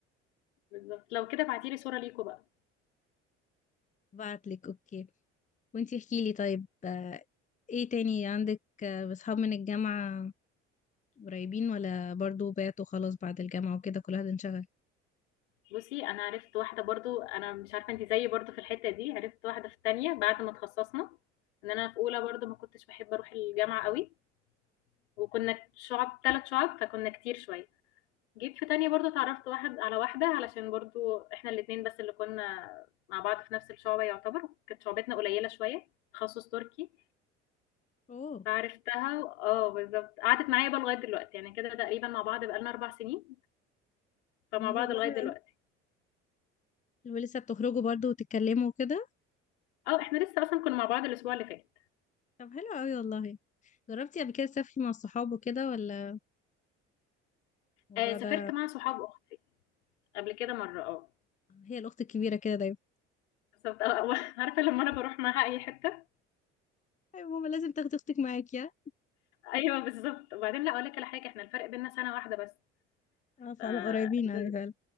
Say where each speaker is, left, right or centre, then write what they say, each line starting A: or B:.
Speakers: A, on the left; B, on the left.
A: بالضبط، لو كده ابعتي لي صورة ليكم بقى.
B: بعتلك اوكي وانتي احكيلي طيب آه، ايه تاني عندك آه، بصحاب من الجامعة قريبين ولا برضو بعتوا خلاص بعد الجامعة وكده كل واحد انشغل
A: بُصّي، أنا عرفت واحدة برضه أنا مش عارفة أنتِ زيي برضه في الحتّة دي، عرفت واحدة في التانية بعد ما اتخصّصنا، إن أنا في أولى برضه ما كنتش باحب أروح الجامعة أوي، وكنا شُعَب 3 شُعَب فكنا كتير شوية، جيت في تانية برضه اتعرّفت واحد على واحدة علشان برضه إحنا الاتنين بس اللي كنا مع بعض في نفس الشُعبة يعتبر، وكانت شُعبتنا قليّلة شوية، تخصُّص تركي،
B: اوه
A: فعرفتها و- آه بالضبط، قعدت معايا بقى لغاية دلوقتي، يعني كده تقريبًا مع بعض بقى لنا 4 سنين، فمع
B: طب ما
A: بعض
B: شاء الله
A: لغاية
B: حلو
A: دلوقتي.
B: أوي. ولسه بتخرجوا برضو وتتكلموا كده
A: آه، إحنا لسه أصلًا كنا مع بعض الأسبوع اللي فات.
B: طب حلو قوي والله جربتي قبل كده تسافري مع الصحاب وكده ولا الموضوع
A: آآ سافرت
B: ده
A: مع صحاب أختي قبل كده مرّة آه،
B: هي الاخت الكبيره كده دايما
A: بالضبط آه، و <laughs> عارفة لمّا أنا باروح معاها أي حتّة
B: ايوه ماما لازم تاخدي اختك معاكي ها؟
A: أيوه بالضبط، وبعدين لأ أقول لِك على حاجة، إحنا الفرق بيننا سَنة واحدة بس،
B: اه فعلا
A: ف
B: قريبين
A: ب
B: قوي
A: <laughs>
B: فعلا